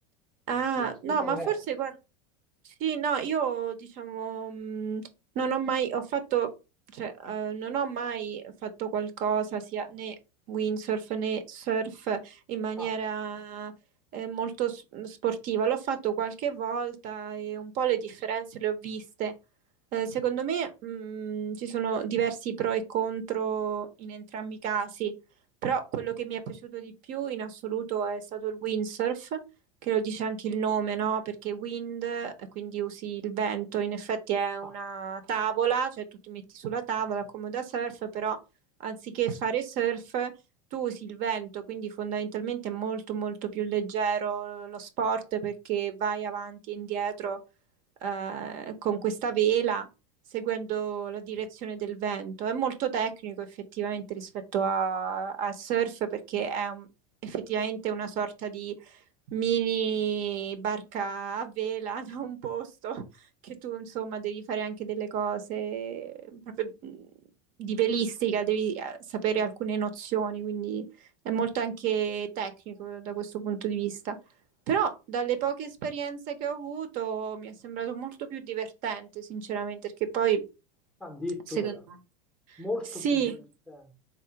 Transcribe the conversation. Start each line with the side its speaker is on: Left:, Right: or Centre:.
Centre: Quindi
Right: Ah,
Centre: sì, scusa,
Right: no, ma forse
Centre: eh,
Right: guarda. Sì, no, io diciamo mh, non ho mai, ho fatto, cioè, eh, non ho mai fatto qualcosa sia né windsurf né surf in maniera
Centre: ah,
Right: eh, molto s- mhmm, sportiva. L'ho fatto qualche volta e un po' le differenze le ho viste. Eh, secondo me, mh, ci sono diversi pro e contro in entrambi i casi, però quello che mi è piaciuto di più in assoluto è stato il windsurf che lo dice anche il nome, no? Perché wind, eh, quindi usi il vento, in effetti è una
Centre: ah,
Right: tavola, cioè tu ti metti sulla
Centre: ah,
Right: tavola
Centre: ok.
Right: come da surf, però anziché fare surf tu usi il vento, quindi fondamentalmente è molto molto più leggero lo sport perché vai avanti e indietro eh, con questa vela seguendo la direzione del vento. È molto tecnico effettivamente rispetto a- al surf perché è un- effettivamente una sorta di mini barca a vela <laughs> da un posto che tu insomma devi fare anche delle cose mm, proprio mh, di velistica, devi eh, sapere alcune nozioni, quindi è molto anche tecnico da questo punto di vista. Però dalle poche esperienze che ho avuto mi è sembrato molto più divertente, sinceramente, perché poi
Centre: Addirittura.
Right: secondo me
Centre: Molto
Right: Sì,
Centre: più divertente.